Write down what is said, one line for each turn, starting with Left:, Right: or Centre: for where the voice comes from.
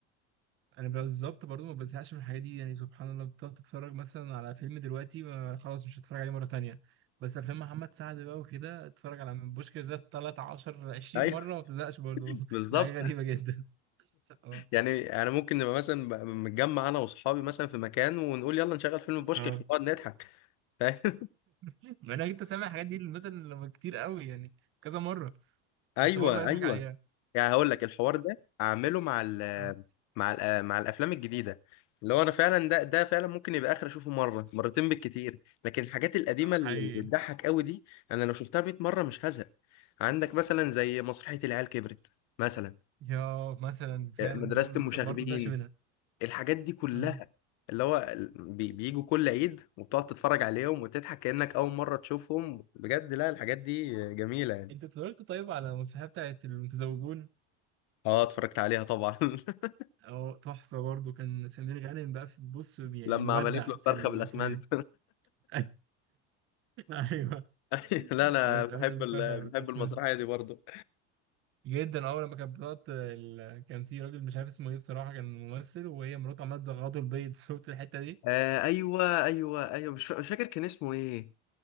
Right: انا بالظبط برضو ما بزهقش من الحاجات دي يعني سبحان الله بتقعد تتفرج مثلا على فيلم دلوقتي ما خلاص مش هتفرج عليه مره تانية بس افلام محمد سعد بقى وكده اتفرج على من بوشكاش ده 13 20
Left: ايوه
Right: مره
Left: <laughs>
Right: وما بتزهقش برضو <laughs>
Left: بالظبط
Right: دي حاجه غريبه جدا <laughs> اه
Left: يعني انا ممكن نبقى مثلا ب- متجمع انا واصحابي مثلا في مكان ونقول يلا نشغل فيلم بوشكاش
Right: اه
Left: ونقعد نضحك <laughs>
Right: مع انك انت سامع الحاجات دي مثلا لما كتير قوي يعني كذا مره
Left: ايوه
Right: بس برضه هيضحك
Left: ايوه
Right: عليها
Left: يعني هقول لك الحوار ده اعمله مع ال
Right: آه،
Left: مع ال مع الافلام الجديده اللي هو انا فعلا ده ده فعلا ممكن يبقى اخر اشوفه مره مرتين بالكتير لكن الحاجات القديمه اللي
Right: حقيقي
Left: بتضحك قوي دي انا لو شفتها 100 مره مش هزهق عندك مثلا زي مسرحيه العيال كبرت مثلا
Right: يا مثلا فعلا
Left: آه، مدرسه
Right: دي ما
Left: المشاغبين
Right: بتس- برضه زعش منها
Left: الحاجات دي كلها
Right: آه.
Left: اللي هو ال- بي- بيجوا كل عيد وبتقعد تتفرج عليهم وتضحك كأنك أول مرة تشوفهم بجد لا الحاجات دي جميلة يعني
Right: انت اتفرجت طيب على المسرحيه بتاعت المتزوجون
Left: اه اتفرجت عليها طبعا <laughs>
Right: اه تحفه برضه كان سمير غانم بقى في بص يعني
Left: لما
Right: مبدع
Left: عملت له الفرخة
Right: في المسرحيه
Left: بالأسمنت
Right: دي <laughs> ايوه
Left: <laughs>
Right: بقيت-
Left: لا انا بحب
Right: بقيت متفرج
Left: ال...
Right: على الأساس.
Left: بحب المسرحيه دي برضو
Right: جدا اول لما كانت بتقعد ال... كان في راجل مش عارف اسمه ايه بصراحه كان ممثل وهي مراته عماله تزغطه البيض <laughs> شفت الحته دي
Left: آه ايوه ايوه ايوه مش, فا... مش فاكر كان اسمه ايه